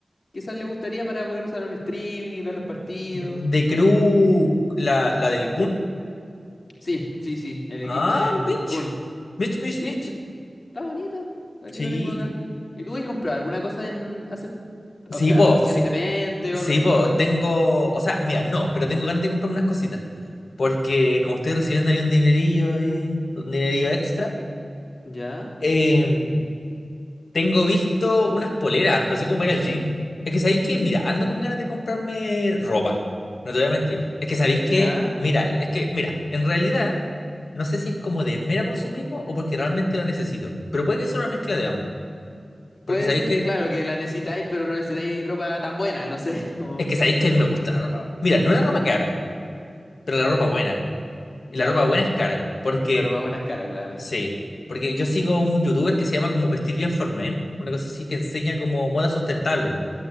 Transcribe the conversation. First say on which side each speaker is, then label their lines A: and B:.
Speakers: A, on the left (about 55°); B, on the left (about 80°).
A: Quizás le gustaría para poder usarlo en streaming y ver los partidos.
B: ¿De Crew, la, la del Kun?
A: Sí, sí, sí, el
B: Ah,
A: equipo del,
B: Mitch.
A: del Kun.
B: Mitch, Mitch,
A: Sí,
B: Mitch.
A: está, está bonito. Aquí
B: Sí.
A: la tengo acá. ¿Y tú has comprado alguna cosa en hace,
B: Sí,
A: o sea,
B: po,
A: recientemente
B: sí. Sí,
A: o algo así?
B: po, tengo. O sea, mira, no, pero tengo ganas de comprarme unas cositas. Porque como estoy recibiendo ahí un dinerillo y un dinerillo extra.
A: Ya,
B: Eh, Tengo visto unas poleras, pero así como para ir al gym. Es que sabéis que, mira, ando con ganas de comprarme ropa. No te voy a mentir. Es que sabéis
A: ya.
B: que, mira, es que, mira, en realidad, no sé si es como de mera consumismo o porque realmente la necesito. Pero puede que sea una mezcla de ambos.
A: Puede
B: Porque sabéis
A: ser
B: que,
A: que, claro, que la necesitáis, pero no necesitáis ropa tan buena, no sé. <laughs> Como...
B: es que sabéis que a mí me gusta la ropa. Mira, no la ropa cara, pero la ropa buena.
A: Ya,
B: Y la ropa buena es cara. Porque
A: la ropa buena es cara, claramente.
B: Sí, porque yo sigo un youtuber que se llama como Vestir Bien for Men, una cosa así que enseña como moda sustentable. po.